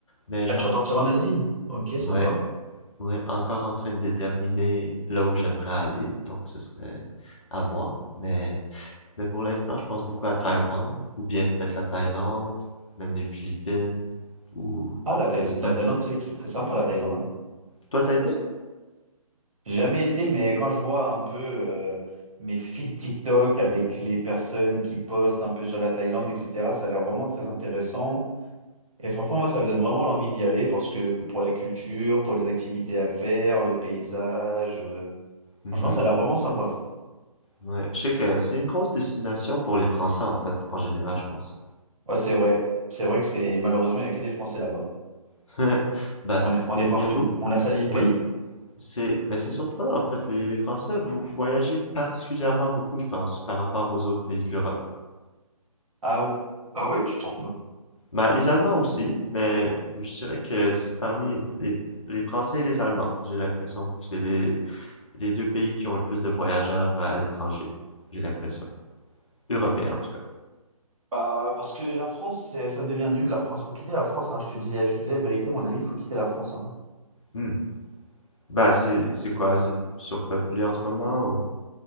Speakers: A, on the left; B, on the right.
A: Mais je
B: Ah,
A: suis
B: tu
A: en-
B: vas partir en
A: en-
B: Asie? Ok, sympa.
A: ouais, ouais, encore en train de déterminer là où j'aimerais aller. Donc, ce serait à voir. Mais, mais pour l'instant, je pense beaucoup à Taïwan ou bien peut-être la Thaïlande, même les Philippines ou
B: Ah, la Thaï-
A: je sais
B: la
A: pas.
B: Thaïlande, tu c'est très sympa, la Thaïlande. hein.
A: Toi, t'as été?
B: Jamais été, mais quand je vois un peu euh, mes feeds TikTok avec les personnes qui postent un peu sur la Thaïlande, etc., ça a l'air vraiment très intéressant. Et franchement, moi, ça me donne vraiment l'envie d'y aller parce que pour la culture, pour les activités à faire, le paysage, euh,
A: Mhm.
B: franchement, ça a l'air vraiment sympa.
A: Ouais, je sais que c'est une grosse destination pour les Français en fait, en général, je pense.
B: Ouais, c'est vrai. C'est vrai que c'est malheureusement, il n'y a que des Français là-bas.
A: <laughs> Ben,
B: On est, on
A: il
B: est
A: y, a-
B: partout.
A: y a beaucoup.
B: On a sali le pays.
A: Ouais, C'est, mais c'est surprenant en fait, les, les Français, vous voyagez particulièrement beaucoup, je pense, par rapport aux autres pays de l'Europe.
B: Ah, ou- ah ouais, tu trouves?
A: Bah, les Allemands aussi, mais je dirais que c'est parmi les, les Français et les Allemands, j'ai l'impression, que c'est les, les deux pays qui ont le plus de voyageurs à, à l'étranger, j'ai l'impression. Européens en tout cas.
B: Bah, parce que la France, c'est- ça devient nul. La France, faut quitter la France. hein. Je te dis, la- je te dis la vérité, mon ami, faut quitter la France. hein.
A: Hmm. Bah, c'est, c'est quoi, c'est surpeuplé en ce moment ou?